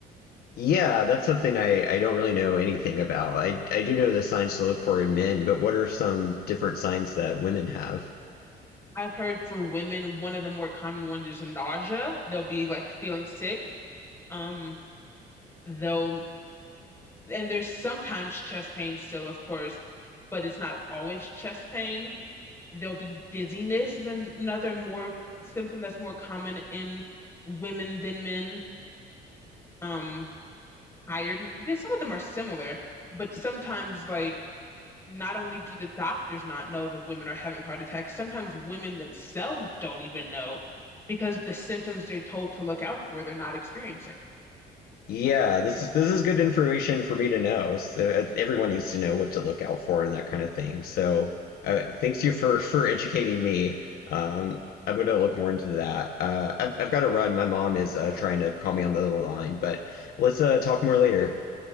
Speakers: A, on the left (about 65°); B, on the left (about 15°).
A: Yeah, that's something I, I don't really know anything about. I I do know the signs to look for in men, but what are some different signs that women have?
B: I've heard for women, one of the more common ones is nausea. They'll be like feeling sick. Um, they'll and there's sometimes chest pain still, of course, but it's not always chest pain. There'll be dizziness is another more symptom that's more common in women than men. Um, tired. There's, some of them are similar, but sometimes like not only do the doctors not know that women are having heart attacks, sometimes women themselves don't even know because the symptoms they're told to look out for, they're not experiencing.
A: Yeah, this is this is good information for me to know. So uh, everyone needs to know what to look out for and that kind of thing. So uh, thanks to you for for educating me. Um, I'm going to look more into that. Uh, I've I've got to run. My mom is uh, trying to call me on the other line, but let's uh, talk more later.